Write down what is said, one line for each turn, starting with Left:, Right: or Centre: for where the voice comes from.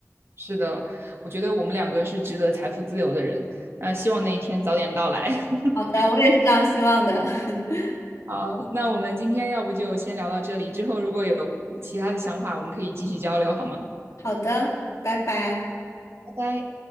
Right: 是的，我觉得我们两个是值得财富自由的人。那希望那一天早点到来。<laughs>
Left: 好的，我也是这样希望的。<laughs>
Right: 好，那我们今天要不就先聊到这里，之后如果有其他的想法，我们可以继续交流，好吗？
Left: 好的，拜拜。
Right: 拜拜。